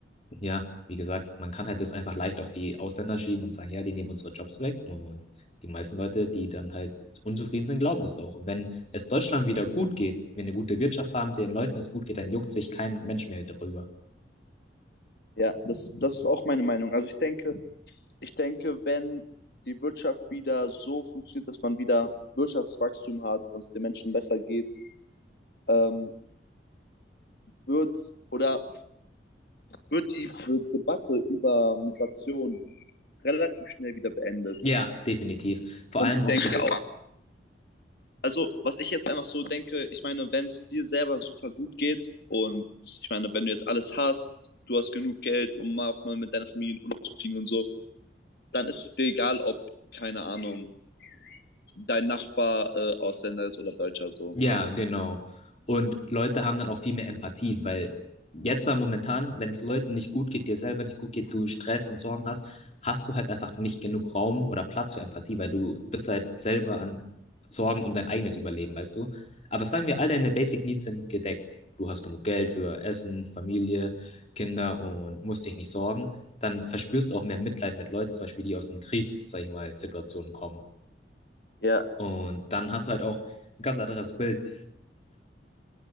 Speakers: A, on the left; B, on the left.
A: ja, wie gesagt, man kann halt das einfach leicht auf die Ausländer schieben und sagen, ja, die nehmen unsere Jobs weg. Und die meisten Leute, die dann halt unzufrieden sind, glauben das auch. Und wenn es Deutschland wieder gut geht, wenn wir eine gute Wirtschaft haben, den Leuten es gut geht, dann juckt sich kein Mensch mehr darüber.
B: ja, das, das ist auch meine Meinung. Also ich denke, ich denke, wenn die Wirtschaft wieder so funktioniert, dass man wieder Wirtschaftswachstum hat und es den Menschen besser geht, ähm, wird oder wird die Debatte über Migration relativ schnell wieder beendet.
A: Ja, definitiv. Vor
B: Und
A: allem
B: ich denke
A: auch diese
B: auch, also, was ich jetzt einfach so denke, ich meine, wenn es dir selber super gut geht und ich meine, wenn du jetzt alles hast, du hast genug Geld, um mal auch mal mit deiner Familie in Urlaub zu fliegen und so, dann ist es dir egal, ob, keine Ahnung, dein Nachbar äh, Ausländer ist oder Deutscher so.
A: Ja, genau. Und Leute haben dann auch viel mehr Empathie, weil jetzt da momentan, wenn es Leuten nicht gut geht, dir selber nicht gut geht, du Stress und Sorgen hast, hast du halt einfach nicht genug Raum oder Platz für Empathie, weil du bist halt selber an Sorgen um dein eigenes Überleben, weißt du? Aber sagen wir, all deine Basic Needs sind gedeckt. Du hast genug Geld für Essen, Familie, Kinder und musst dich nicht sorgen. Dann verspürst du auch mehr Mitleid mit Leuten, zum Beispiel, die aus dem Krieg, sag ich mal, Situationen kommen.
B: Ja,
A: Und dann hast du halt auch ein ganz anderes Bild.